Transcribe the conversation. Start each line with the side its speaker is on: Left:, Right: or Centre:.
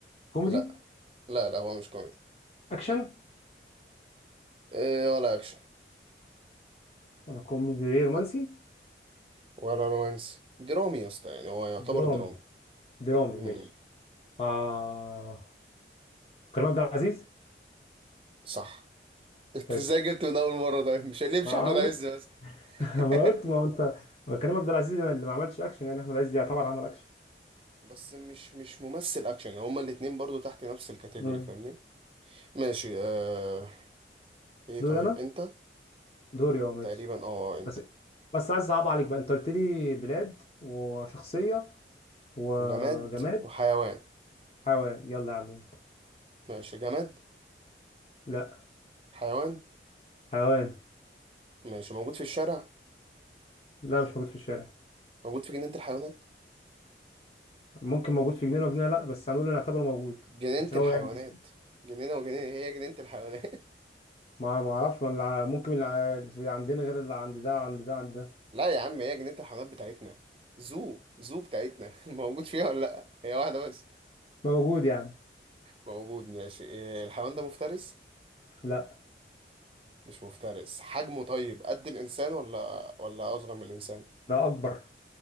Left: كوميدي
Right: لا لا لا هو مش كوميدي
Left: أكشن
Right: آه، ولا اكشن
Left: ولا كوميدي إيه رومانسي
Right: ولا رومانس درامي يا اسطى يعني هو يعتبر
Left: درامي
Right: درامي
Left: درامي
Right: امم
Left: ماشي آه كريم عبد العزيز
Right: صح <laughs> انت
Left: حلو
Right: ازاي جبته من اول مرة ده مش هيمشي
Left: آه
Right: احمد
Left: أنا-
Right: عز بس
Left: <laughs> ما
Right: <laughs>
Left: أنا قلت ما هو أنت ما كريم عبد العزيز اللي ما عملش أكشن يعني أحمد عز يعتبر عمل أكشن
Right: بس مش مش ممثل اكشن هما الاتنين برضو تحت نفس الكاتيجوري
Left: مم.
Right: فاهمني ماشي آه... ايه
Left: دوري
Right: طيب
Left: أنا
Right: انت
Left: دوري أه ماشي
Right: تقريبا اه انت
Left: بس بس عايز اصعب عليك بقى انت قلت لي بلاد وشخصية وجماد
Right: وجماد وحيوان
Left: حيوان يلا يا عم
Right: ماشي جماد
Left: لا
Right: حيوان
Left: حيوان
Right: ماشي موجود في الشارع
Left: لا مش موجود في الشارع
Right: موجود في جنينة الحيوانات
Left: ممكن موجود في جنينة وجنينة لا بس هنقول نعتبره موجود
Right: جنينة
Left: عشان
Right: الحيوانات
Left: هو يعني بس
Right: جنينة وجنينة هي جنينة الحيوانات
Left: ما ما اعرفش ما اللي ع- ممكن اللي ع- اللي عندنا غير اللي عند ده عند ده عند ده
Right: <laughs> لا يا عم هي جنينة الحيوانات بتاعتنا زو زو بتاعتنا <laughs> موجود فيها ولا لا هي واحدة بس
Left: لا موجود يا عم
Right: موجود ماشي إيه الحيوان ده مفترس
Left: لا
Right: مش مفترس حجمه طيب قد الإنسان ولا ولا أصغر من الإنسان
Left: ده اكبر